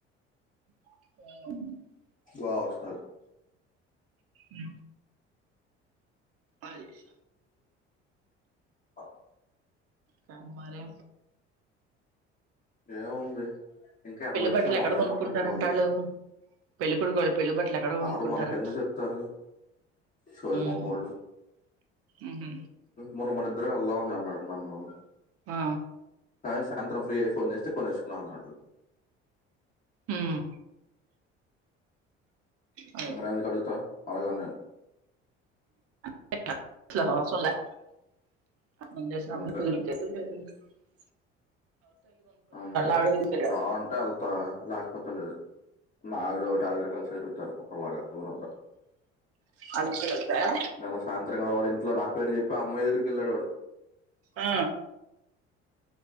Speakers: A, on the right; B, on the left.
A: ఆ
B: బ అస్తథారు
A: ఉ అయి స
B: అ
A: క మరి
B: ఏ ఉంది ఇంకా ఎనభై
A: పెళ్లి
B: నిమిషాలు
A: బట్టలు
B: మనం
A: ఎక్కడ
B: ఏం
A: కొనుక్కుంటారంట
B: మాట్లాడుకోవాలి
A: వాళ్ళు పెళ్లి కొడుకు వాళ్ళు పెళ్లి బట్టలు ఎక్కడ
B: వారు
A: కొనుక్కుంటారంట
B: మనక ఎందు చెప్తారు సషోర్మహల్
A: ఉమ్. ఉహు.
B: మన మన ఇద్దరే వెళ్దామని అన్నాడు నన్ను
A: ఆ
B: కా సాయంత్రం ఫ్రీ అయి ఫోన్ చేస్తే కొనే వసుకున్నాం అన్నాడు
A: ఉమ్. అదే.
B: అంగనేేందుకుడుత మళగాన్నను
A: కుదిరు
B: అంతే అంతే
A: ఆవిడని తీసుకెళ్ళా
B: ప్రా అంటే అల్ లేకపోతలేదు నా ఆడ ఒకటి ఆధార్ కార్డ్ చదు కుప్పలాగా ఊరంతా
A: వాళ్ళ ఇంటికి వెళ్తాయా
B: నిన్న సాయంత్రం వాడ ఇంట్లో నా పేరు చెప్ప అమ్యి దగ్గరకి వెళ్లాడవాడు
A: ఆ